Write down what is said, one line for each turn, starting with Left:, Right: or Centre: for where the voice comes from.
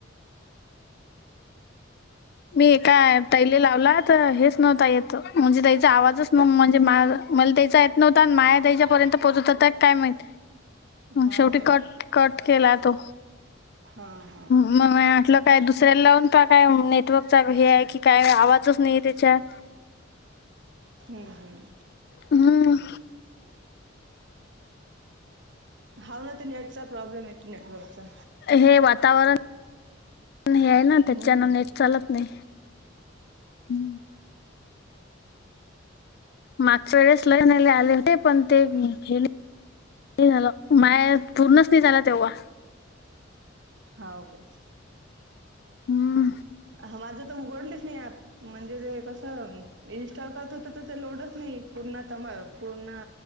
Left: मी एका तैले लावला तर हेच नव्हता येत म्हणजे तैईचा आवाजच न म्हणजे माझ मला त्याचा येत नव्हता आणि माया त्याच्यापर्यंत पोहोचत होता तर काय माहित.
Right: <unintelligible> हाव
Left: शेवटी
Right: काय
Left: कंट कंट केला तो
Right: हा हा.
Left: मग म्हटलं काय दुसऱ्याला लावून टाय काय नेटवर्कचा हे आहे की काय आवाजच नाहीे तेच्यात
Right: हम्म हम्म.
Left: हम्म.
Right: हा ना ते नेटचा प्रॉब्लेम येत नेटवर्कचा
Left: हे वातावरण हे आहे ना त
Right: हम्म
Left: त्यांच्यान नेट चालत नाही. यम मागच्या वेळेस लय जने आले होते पण ते गेले. ते झालं माया पूर्णच नाहींच झाला तेव्हा
Right: हाऊ काय?
Left: हम्म.
Right: ह माझं तर उघडलंच नाही ऍप म्हणजे जे ते कसं इन्स्टॉल करत होत. तर लोडच नाही पूर्ण तम पूर्ण